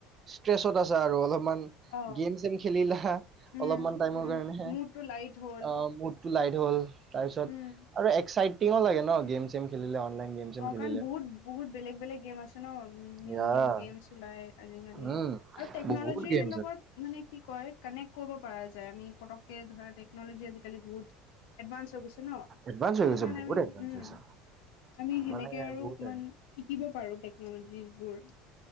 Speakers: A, on the right; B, on the left.
A: ষ্ট্ৰেচত আছা আৰু অলপমান
B: অ',
A: গেম চেম খেলিলা
B: উম,
A: অলপমান টাইমৰ
B: উম, উম,
A: কাৰণেহে
B: মুডটো লাইট হ'ল,
A: অঁ মোদ টো লাইদ হ'ল তাৰপিছত
B: উম,
A: আৰু এক্সাইটিঙো লাগে ন গেম চেম খেলিলে অনলাইন গেম চেম
B: অ
A: খেলিলে
B: কাৰণ বহুত বহুত বেলেগ বেলেগ গেম আছ আছে ন নিউ
A: ইয়া
B: নিউ গেমছ ওলাই আজিকালি
A: উম,
B: আৰু টেকন'লজিৰ
A: বহুত গেমছ
B: লগত
A: আছে,
B: মানে কি কয় কানেক্ট কৰিব পৰা যায় আমি পতককে ধৰা টেকন'লজি আজিকালি বহুত এদভান্স হৈ গৈছে ন?
A: এডভান্স
B: সেইটো
A: হৈ গৈছে,
B: কাৰণে
A: বহুত
B: আমি
A: এডভান্স
B: উম।
A: হৈছে।
B: আমি সেনেকে
A: মানে
B: আৰু
A: বহুতে,
B: অকমান শিকিব পাৰোঁ টেকন'লজিবোৰ।